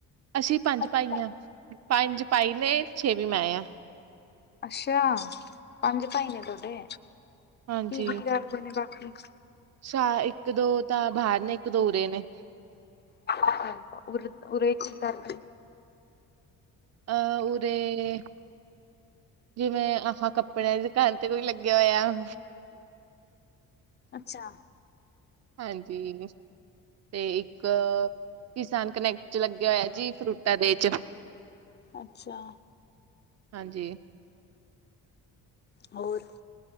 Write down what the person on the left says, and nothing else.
ਅੱਛਾ
ਅੱਛਾ ਪੰਜ ਭਾਈ ਨੇ ਤੁਹਾਡੇ
ਕੀ ਕੀ ਕਰਦੇ ਨੇ ਬਾਕੀ
ਆਹ ਓਰੇ ਕਿ ਕਰਦੇ ਨੇ
ਅੱਛਾ
ਅੱਛਾ
ਹੋਰ